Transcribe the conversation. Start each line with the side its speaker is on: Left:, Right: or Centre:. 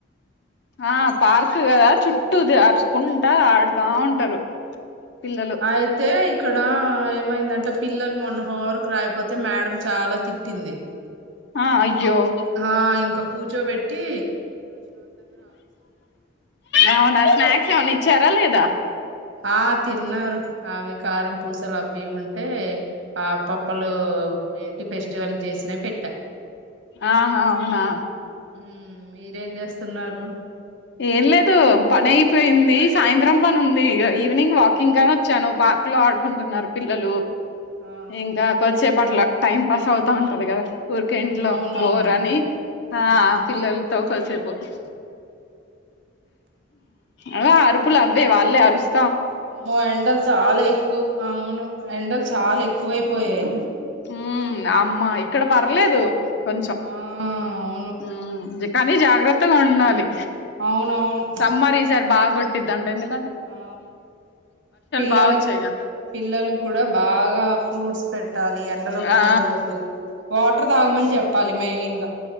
Left: అ పార్క్ గదా చుట్టూది ఆరుచుకుంటా ఆడు తా ఉంటారు పిల్లలు
Right: ఐతే క్కడ ఏమైందంటే పిల్లలు మొన్న హోంవర్క్ రాయకపోతే మేడం చాలా తిట్టింది
Left: ఆ అయ్యో
Right: హా ఇంక కూచోబెట్టి
Left: అవునా స్నాక్స్ ఏమన్నా ఇచ్చారా లేదా
Right: ఆ తిన్నారు అవి కారం పూసలు అవి ఉన్ టే ఆపప్పలు ఏంటి ఫెస్టివల్ చేసినై పెట్ట
Left: ఆహా అవునా
Right: ఉమ్మ్ మీరేం చేస్తున్నారు
Left: ఏం లేదు పని అయిపోయింది సాయంత్రం పని ఉంది ఇగ ఈవినింగ్ వాకింగ్ కని వచ్చాను పార్క్ లో ఆడుకుంటున్నారు పిల్లలు
Right: ఆ
Left: ఇంకా కొద్దిసేపు అట్లా టైం పస్ అవుతా ఉంటది కదా ఊరిక ఇంట్లో
Right: అవునవునవును
Left: బోర్ అని ఆ
Right: మ్మ్
Left: పిల్లలతో కొసేపు పు అవే అరుపులు అవ్వే వాళ్ళే అరుస్
Right: అమ్మో ఎండలు చాలా ఎక్కువ అవును ఎండలు చాలే క్ కోయిపోయాయి
Left: ఉ అమ్మ ఇక్కడ పర్లేదు కొంచెం
Right: ఆ అవును
Left: హు జి కానీ జాగ్రత్తగా ఉండాలి
Right: అవునవును
Left: సమ్మరిసరి బాగో టిదంటేనే
Right: ఆ పిల్లలి
Left: బాగా వచ్చాయిగా
Right: పిల్లలక్కుడా బాగా ఫ్రూట్స్ పెట్టాలి ఎండలో పోనివద్దు
Left: ఆ
Right: వాటర్ తాగమని చెప్పాలి మెయిన్ గ